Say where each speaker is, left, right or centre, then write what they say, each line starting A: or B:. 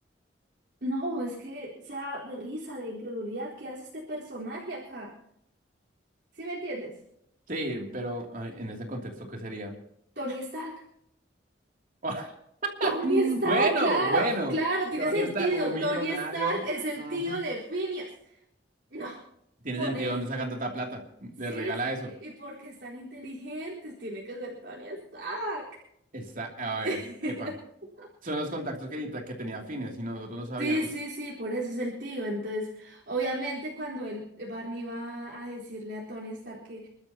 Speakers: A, on the right (about 65°); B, on the right (about 50°).
A: no, es que sea de risa, de incredulidad, ¿qué hace este personaje acá? ¿Sí me entiendes?
B: Sí, pero ay, en ese contexto, ¿qué sería?
A: Tony Stark.
B: <laughs>
A: Tony
B: Bueno,
A: Stark, claro,
B: bueno,
A: claro, tiene
B: Tony
A: sentido.
B: está un millonario.
A: Tony Stark es el
B: ujú,
A: tío de Phineas. No,
B: Tiene
A: por
B: sentido
A: eso.
B: dónde sacan tanta plata.
A: Sí,
B: Le regala
A: sí,
B: eso.
A: y porque es tan inteligentes, tiene que ser Tony Stark.
B: Está, a
A: <laughs>
B: ver, epa. Son los contactos que, que tenía Phineas y nosotros no sabíamos.
A: Sí, sí, sí, por eso es el tío. Entonces, obviamente, cuando el Barney va a decirle a Tony Stark que